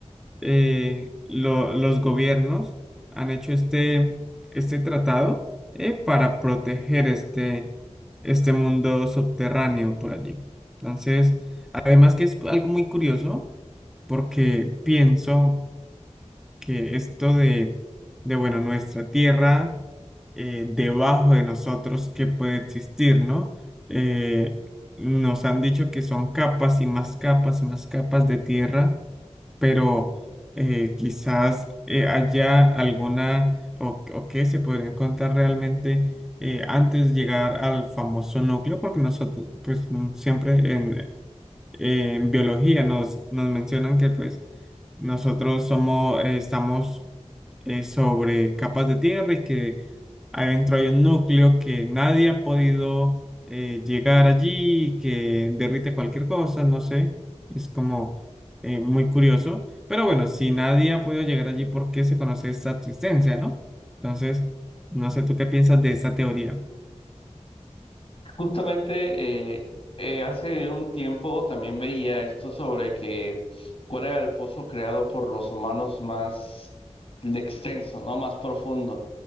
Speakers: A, in the centre; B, on the left.
A: eh, lo- los gobiernos han hecho este, este tratado eh, para proteger este, este mundo subterráneo por allí. Entonces, además que es algo muy curioso, porque pienso que esto de, de bueno, nuestra tierra eh, debajo de nosotros que puede existir, ¿no? Eh, nos han dicho que son capas y más capas y más capas de tierra, pero eh, quizás eh, haya alguna o, o que se podría encontrar realmente eh, antes de llegar al famoso núcleo, porque nosotros, pues mm, siempre en, en biología nos, nos mencionan que pues nosotros somos, eh, estamos eh, sobre capas de tierra y que adentro hay un núcleo que nadie ha podido eh, llegar allí, que derrite cualquier cosa, no sé, es como eh, muy curioso. Pero bueno, si nadie ha podido llegar allí, ¿por qué se conoce esta existencia, no? Entonces, no sé tú qué piensas de esta teoría.
B: Justamente eh, eh, hace un tiempo también veía esto sobre que cuál era el pozo creado por los humanos más extenso, ¿no? Más profundo.